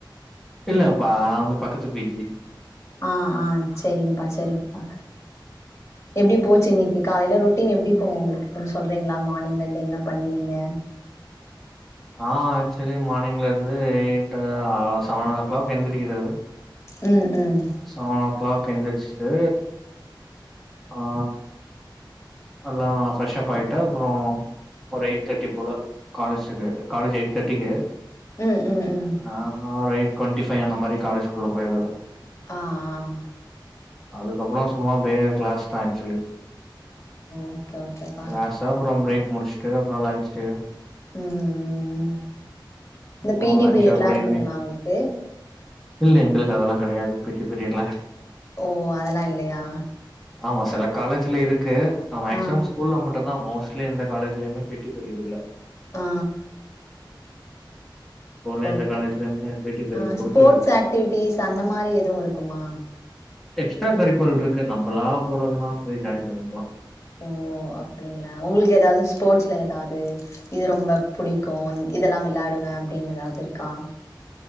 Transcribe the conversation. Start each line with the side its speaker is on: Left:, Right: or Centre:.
Centre: இல்லப்பா நா வந்து பக்கத்து பி ஜி
Left: ஆ ஆ செரிங்பா செரிங்பா எப்டி போச்சு இன்னிக்கு காலேல ரொட்டீன் எப்டி போவும் உங்ளுக்கு கொஞ்சோ சொல்றீங்ளா மார்னிங்ல இருந்து என்ன பண்ணி நீங்க
Centre: ஆ ஆக்சுவலி மார்னிங்ல இருந்து எய்டு ஆவா செவனோ கிளாக் எந்திரிக்கறது
Left: ம் ம்
Centre: செவனோ க்ளாக் எந்திரிச்சுட்டு ஆ எல்லா ஃப்ரெஷ்ப் ஆயிட்டா அப்றோ ஒரு எயிட் தேர்ட்டி போல காலேஜுக்கு காலேஜ் எயிட் தேர்ட்டிக்கு
Left: ம் ம் ம்
Centre: ஆ ஒரு எய்ட் டுவெண்டிபை அந்த மாரி காலேஜ்குள்ள போயிரது
Left: ஆ ஆ
Centre: அதுக்கப்றோ சும்மா அப்டியே கிளாஸ் தா ஆக்சுவலி
Left: ஓகே ஓகேப்பா
Centre: கிளாசு அப்றோ பிரேக் முடிச்ட்டு அப்றோ லஞ்ச்சுடு
Left: ம்ம்ம் இந்த
Centre: அப்புறோ
Left: பீ டி
Centre: லன்ச்சு
Left: பீரியட்ல்லா
Centre: அப்புறோ
Left: இருக்குங்ளா
Centre: ஈவினிங்
Left: ஒங்களுக்கு
Centre: இல்ல எங்களுக்கு அதெல்லா கெடயாது பீ டி பிரியட்ல்லா
Left: ஓ அதெல்லா இல்லையா
Centre: ஆமா செல காலேஜ்ல இருக் க்கு ஆவுங்க மேக்சிமம்
Left: ஆ
Centre: ஸ்கூல்ல மட்டுந்தா மோஸ்ட் இல்ல எந்த காலேஜ்லேயுமே பீ டி பீரீயட் இல்ல
Left: ஆ ஆ
Centre: இப்போ உள்ள
Left: ஓகே
Centre: எந்த காலேஜ்லயுமே பி டி பீரியட்
Left: ஆ
Centre: குடுக்கறதில்ல
Left: ஸ்போர்ட்ஸ் ஆக்டிவிட்டிஸ் அந்த மாரி எதுவு இருக்குமா
Centre: எக்ஸ்ட்ரா கரிக்குலர் இருக்கு நம்மளா போறதுனா போய் ஜாயின் பண்ணிக்கலா
Left: ஓ அப்டிங்ளா ஒங்களுக்கு ஏதாவது ஸ்போர்ட்ஸ்ல ஏதாவது இது ரொம்ப பிடிக்கு இதெல்லா வெளயாடுவே அப்டின்னு ஏதாவது இருக்கா